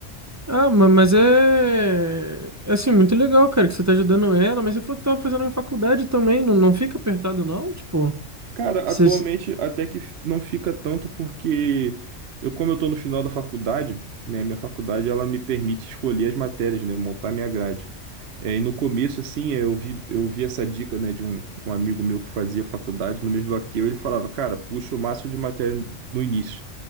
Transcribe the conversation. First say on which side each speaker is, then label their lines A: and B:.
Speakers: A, on the right; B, on the right.
A: Ah, ma- mas é. é, Assim, muito legal, cara, que você tá ajudando ela, mas você falou que tava fazendo na faculdade também. Não, não fica apertado, não? Tipo,
B: Cara,
A: você.
B: atualmente até que f- não fica tanto porque eu, como eu tô no final da faculdade, né, minha faculdade ela me permite escolher as matérias, né, montar minha grade. É, e no começo, assim, é, eu vi, eu vi essa dica, né, de um, um amigo meu que fazia faculdade, no mesmo bloco que eu, ele falava, cara, puxa o máximo de matéria no início.